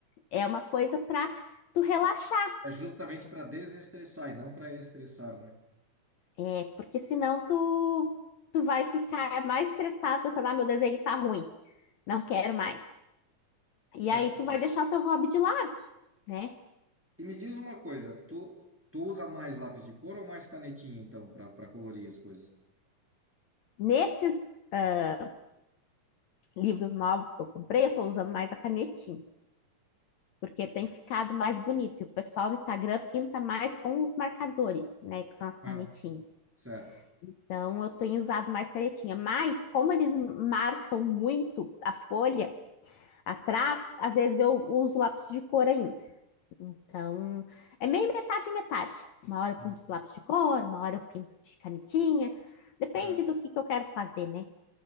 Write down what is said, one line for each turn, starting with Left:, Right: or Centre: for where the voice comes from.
Left: É uma coisa para tu relaxar,
Centre: É justamente para desestressar e não para estressar, né?
Left: é Porque senão tu, tu vai ficar mais estressado pensando, ah, meu desenho tá ruim, não quero mais. E
Centre: Saquei.
Left: aí tu vai deixar o teu hobby de lado, né?
Centre: E me diz uma coisa, tu, tu usa mais lápis de cor ou mais canetinha, então, para para colorir as coisas?
Left: Nesses ah, livros novos que eu comprei, eu tô usando mais a canetinha. porque tem ficado mais bonito. E o pessoal do Instagram pinta mais com os marcadores, né, que são as canetinhas.
Centre: Ah, certo.
Left: Então eu tenho usado mais canetinha, mas como eles marcam muito a folha atrás, às vezes eu uso lápis de cor ainda. Então é meio metade metade. Uma hora eu
Centre: Hum.
Left: pinto de lápis de cor, uma hora eu pinto de canetinha. Depende
Centre: Certo.
Left: do que, que eu quero fazer, né?